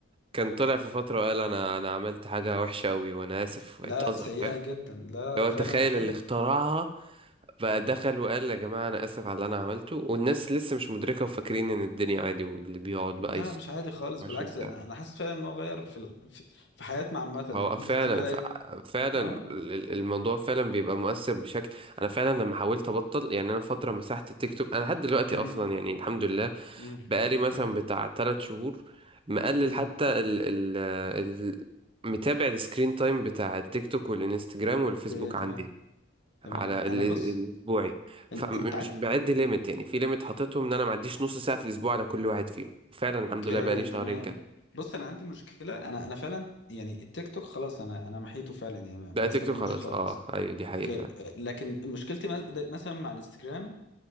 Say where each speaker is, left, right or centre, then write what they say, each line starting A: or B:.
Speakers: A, on the right; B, on the left.
A: كان
B: اوكي
A: طلع في فترة وقال انا انا عملت حاجة وحشة قوي وانا اسف
B: لا
A: واعتذر
B: لا سيئة
A: فاهم
B: جدا لا
A: لو
B: لا فعلا
A: تخيل
B: بجد
A: اللي اخترعها بقى دخل وقال يا جماعة انا اسف على اللي انا عملته والناس لسه مش مدركة وفاكرين ان الدنيا عادي واللي بيقعد
B: ده
A: بقى يص-
B: مش عادي خالص
A: 24
B: بالعكس
A: ساعة
B: ده انا انا حاسس فعلا ان هو غير في ال... في في حياتنا عامة الريلز
A: هو فعلا
B: دي بدأت
A: فع- فعلا
B: اه
A: ال- ال- الموضوع فعلا بيبقى مؤثر بشكل انا فعلا لما حاولت ابطل يعني انا فتره مسحت التيك توك انا لحد دلوقتي
B: امم
A: اصلا يعني الحمد لله
B: امم
A: بقالي مثلا
B: امم
A: بتاع تلات شهور مقلل
B: امم
A: حتى ال ال ال متابع السكرين تايم بتاع التيك توك والانستجرام والفيسبوك
B: اوكي تمام
A: عندي
B: تمام
A: على
B: انا
A: ال-
B: بص
A: الاسبوعي فمش
B: ان- انت عارف
A: بعد ليميت يعني في ليميت حاططهم ان انا ما عديش نص ساعه في الاسبوع على كل واحد فيهم فعلا الحمد
B: اوكي
A: لله بقالي شهرين
B: تمام
A: كده
B: بص انا عندي مشكلة انا انا فعلا يعني التيك توك خلاص انا انا محيته فعلا يعني ما
A: لا
B: ما بستخدموش
A: تيك توك خلاص
B: خالص
A: اه ايوه دي حقيقه
B: اوكي
A: فعلا
B: لكن مشكلتي مس- ده- مثلا مع انستجرام